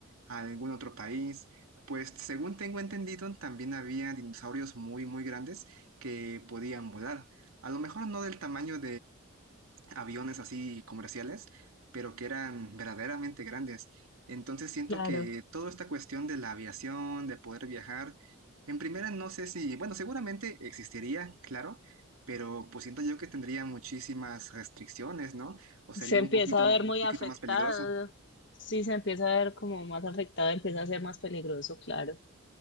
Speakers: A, on the right; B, on the left.
A: a algún otro país, pues según tengo entendido, también había dinosaurios muy, muy grandes que podían volar. A lo mejor no del tamaño aviones así comerciales, pero que eran verdaderamente grandes. Entonces siento
B: Claro.
A: que toda esta cuestión de la aviación, de poder viajar, en primera no sé si, bueno, seguramente existiría, claro, pero pues siento yo que tendría muchísimas restricciones, ¿no? O sería
B: Se empieza
A: un poquito,
B: a
A: un
B: ver muy
A: poquito
B: afectado.
A: más peligroso.
B: Sí, se empieza a ver como más afectado, empieza a ser más peligroso, claro.